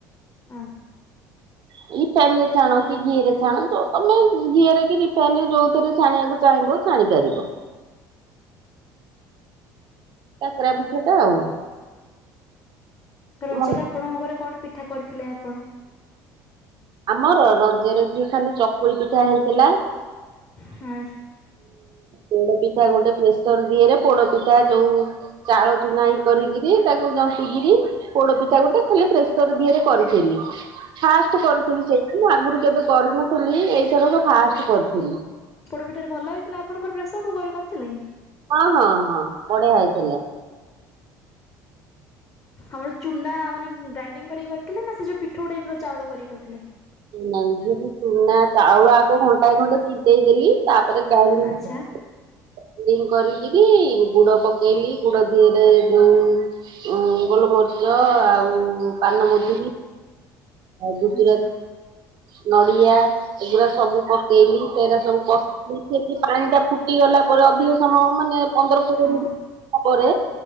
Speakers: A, on the left (about 30°); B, on the right (about 50°).
A: ଆଜ୍ଞା <inaudible>
B: ରିଫାଇନ ରେ ଛଣା କି ଘିଅ ରେ ଛଣା ଯ ତମେ ଘିଅ ରେ କି ରିଫାଇନ ରେ ଯୋଉଥିରେ ଛାଣିବାକୁ ଚାହିଁବ ଛାଣି ପାରିବ। କାକେରା ପିଠା ଟା ଆଉ।
A: ରଜରେ
B: ଆମ
A: ଆପଣଙ୍କ ଘରେ କଣ ପିଠା କରିଥିଲେ ଆପଣ?
B: ଆମର ରଜରେ ଝିଅ ଖାଲି ଚକୁଳି ପିଠା ହେଇଥିଲା।
A: ହାସ।
B: ପୋଡପିଠା ଗୋଟେ ପ୍ରେସର ଦିଏରେ ପୋଡପିଠା ଯୋଉ- ଚାଉଳ ଚୁନା ଇ କରିକିରି ତାକୁ ଜନ୍ତିକିରୀ - ପୋଡ ପିଠା ଗୋଟେ ଖାଲି ପ୍ରେସର୍ ଦିହରେ କରିଥିଲି। ଫାଷ୍ଟ କରିଥିଲି ସେ ମୁଁ ଆଗରୁ କେବେ କରିନଥିଲି ଏଇଥରକ ଫାଷ୍ଟ କରିଥିଲି।
A: ପୋଡ଼ ପିଠା ରେ ଭଲ ହେଇଥିଲା ଆପଣଙ୍କର ପ୍ରେସର୍ କୁକର ରେ କରିଥଲେ?
B: ହଁ ହଁ ହଁ ବଢିଆ ହେଇଥିଲା।
A: ଆମର ଚୁନା ମାନେ ଗ୍ରାଇଣ୍ଡିଙ୍ଗ କରିକି କରିଥିଲେ ନା ସେ ଯଉ ପିଠୋଉ ଟାଇପ୍ ର ଚାଉଳ କରିକି କରିଥିଲେ?
B: ନାଇଁ ଯୁଗୁ ଚୁନା ଚାଉଳ ଆଗ ଘଣ୍ଟାଏ ଖଣ୍ଡେ ତିନ୍ତେଇ ଦେଲି ତା ପରେ ଗ୍ରାଇଣ୍ଡିଙ୍ଗ <unintelligible>
A: ଆଚ୍ଛା
B: ଗ୍ରାଇଣ୍ଡିଙ୍ଗ କରିକରି ଗୁଡ ପକେଇଲି ଗୁଡ ଦହରେ ଯୋଉ ଉଁ ଗୋଲ ମରିଚ ଆଉ ପାନମଧୁୁରି ଆଉ ଗୁଜୁରାତ
A: ଆଚ୍ଛା
B: ନଡିଆ ଏଗୁରା ସବୁ ପକେଇଲି ସେରା ସବୁ କ ମିସେଇକି ପାଣି ଟା ଫୁଟି ଗଲା ପରେ ଅଧିକ ସମୟ ମାନେ ପନ୍ଦର କୋଡ଼ିଏ
A: ହଁ
B: ମିନିଟ୍ - ତା ପରେ